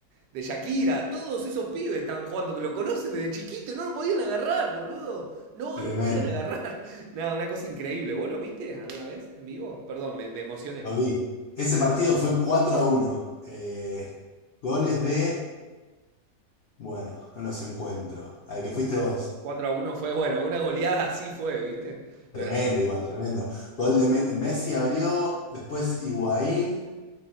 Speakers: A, on the right (about 85°); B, on the left (about 75°).
A: de Shakira, todos esos pibes estaban jugando que lo conocen desde chiquito y no lo podían agarrar, boludo. No
B: tremendo.
A: lo podían agarrar. <laughs> Nada, una cosa increíble. ¿Vos lo viste alguna vez en vivo? Perdón, me, me emocioné.
B: Lo vi. Ese partido fue 4 a uno. Eh, goles de, bueno, no los encuentro. Al que fuiste vos.
A: 4 a uno fue, bueno, una goleada así fue, ¿viste? No
B: Tremendo
A: era así. cosa.
B: igual, tremendo. Gol de Me- Messi abrió, después Higuaín,